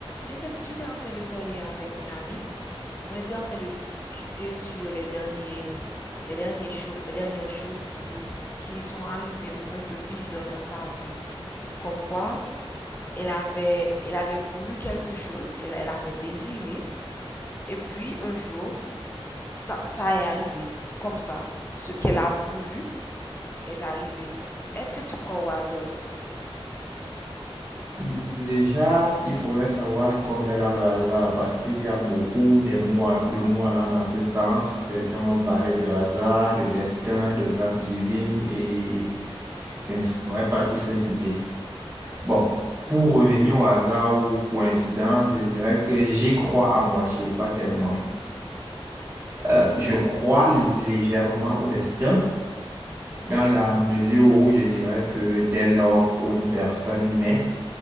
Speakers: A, on the left (about 20°); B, on the right (about 25°).
A: J'étais, j'étais en train de parler avec une amie. On était en train de discuter sur les derniers, les derniers cho- les dernières choses qui, qui sont arrivées un peu bizarres dans sa vie. Comme quoi, elle avait, elle avait voulu quelque chose, elle, elle avait désiré, et puis un jour, ça, ça est arrivé. Comme ça, ce qu'elle a voulu est arrivé. Est-ce que tu crois au hasard, toi?
B: Déjà, il faudrait savoir ce qu'on met dans le hasard parce qu'il y a beaucoup de mots, à- de mots allant dans ce sens. Certains vont parler de hasard, de destin, de grâce divine et je ne saurais pas tous les citer. Bon, pour revenir au hasard ou coïncidence, je dirais que j'y crois à moitié, pas tellement.
A: Mhm,
B: Euh, je crois légèrement au destin
A: mhm,
B: dans la mesure où je dirais que dès lors où une personne naît,